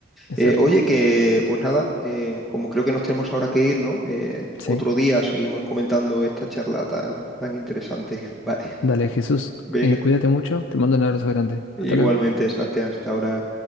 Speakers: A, on the left; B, in the centre.
A: Es
B: Eh,
A: cierto.
B: oye, que pues nada, eh, como creo que nos tenemos ahora que ir, ¿no? Eh,
A: Sí.
B: otro día seguimos comentando esta charla tan, tan interesante. <laughs> Vale,
A: Dale, Jesús,
B: venga,
A: eh, cuídate mucho. Te mando un abrazo grande.
B: igualmente,
A: Hasta luego.
B: Sebastián, hasta ahora.